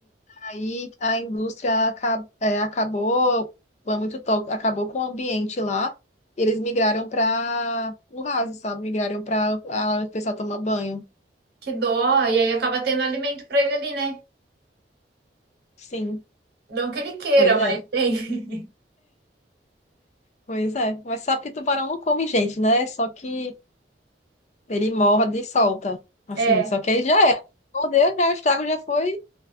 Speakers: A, on the left (about 40°); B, on the right (about 60°).
A: Aí a indústria aca- é, acabou, foi muito tóxico, acabou com o ambiente lá. E eles migraram para o raso, sabe? Migraram para o pessoal tomar banho.
B: Que dó. E aí acaba tendo alimento pra ele ali, né?
A: Sim,
B: Não que ele queira,
A: pois
B: mas
A: é,
B: tem. <laughs>
A: pois é. Mas sabe que tubarão não come gente, né? Só que ele morde e solta. Assim,
B: É.
A: só que aí já era. Mordeu, já o estrago já foi,